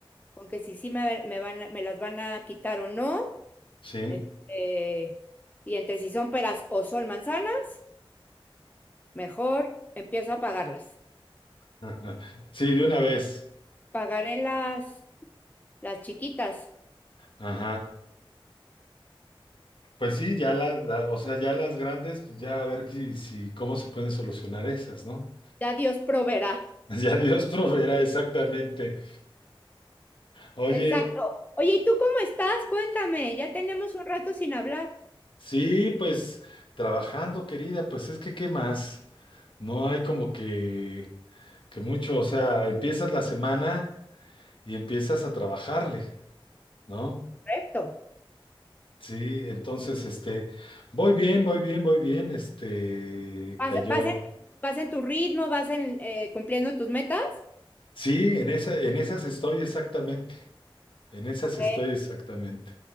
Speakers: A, on the left; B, on the left.
A: aunque si sí me, me van, a- me las van a quitar o no.
B: Sí.
A: Este, y entre si son peras o son manzanas, mejor empiezo a pagarlas.
B: <laughs> Sí, de una vez.
A: Pagaré las, las chiquitas.
B: Ajá. Pues sí, ya las, la- o sea, ya las grandes, pues ya a ver si, si, cómo se pueden solucionar esas, ¿no?
A: Ya Dios proveerá.
B: <laughs> Ya Dios proveerá exactamente. Oye,
A: Exacto. Oye, ¿y tú cómo estás? Cuéntame, ya tenemos un rato sin hablar.
B: sí, pues trabajando, querida, pues es que, ¿qué más? No hay como que, que mucho, o sea, empiezas la semana y empiezas a trabajarle, ¿no?
A: Correcto.
B: Sí, entonces, este, voy bien, voy bien, voy bien, este,
A: Vas,
B: cayó.
A: vas en, vas en tu ritmo, vas en, eh, cumpliendo tus metas.
B: Sí, en esa, en esas estoy exactamente. En esas
A: Ok,
B: estoy exactamente.